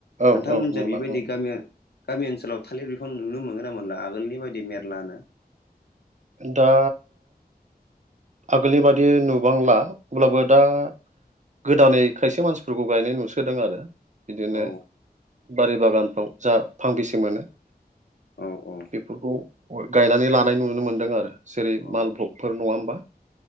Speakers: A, on the right (about 50°); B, on the left (about 80°).
A: औ
B: नोंथांमोनजों
A: औ नुला
B: बेबायदि
A: औ
B: गामि गामि ओनसोलाव थालिर बिफां नुनो मोनगोन ना मोनला आगोलनि बायदि मेरलानो
A: दा आगोलनि बादि नुबांला अब्लाबो दा
B: औ
A: गोदानै खायसे मानसिफोरखौ गायनाय नुसोदों आरो बिदिनो
B: औ
A: बारि बागानफ्राव जा फांबेसे मोनो
B: औ औ।
A: बेफोरखौ गायनानै लानाय नुनो मोनदों आरो जेरै
B: औ
A: माल भ्लगफोर नङा होमबा